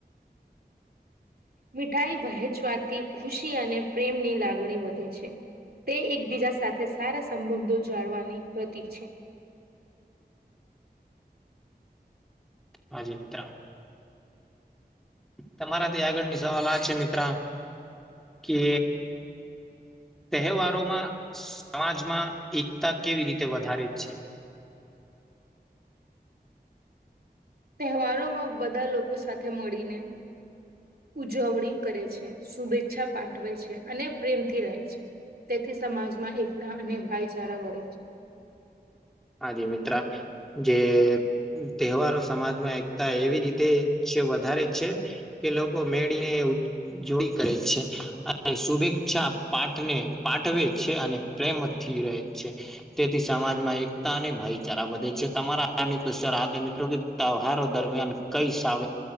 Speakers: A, on the right (about 65°); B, in the centre.
A: મીઠાઈ વહેંચવાથી ખુશી અને પ્રેમની લાગણી વધે છે. તે એકબીજા સાથે સારા સંબંધો જાળવાની પ્રતિક છે.
B: હાજી મિત્ર તમારાથી આગળની સવાલ આ છે મિત્ર કે તહેવારોમાં સમાજમાં એકતા કેવી રીતે વધારે જ છે.
A: તહેવારો માં બધા લોકો સાથે મળીને ઉજવણી કરે છે શુભેચ્છા પાઠવે છે અને પ્રેમથી રહે છે. તેથી સમાજમાં એકતા અને ભાઈચારા વળે છે
B: હાજી મિત્ર જે તહેવારો સમાજમાં એક એવી રીતે વધારે છે કે લોકો મેળીને જોઈ કરે છે અને શુભેચ્છા પાઠને પાઠવે છે અને પ્રેમથી રહે છે તેથી સમાજમાં એક અને ભાઈચારા વધે છે તમારા આ કવચ મિત્રો કે તહેવારો દરમિયાન કઈ સા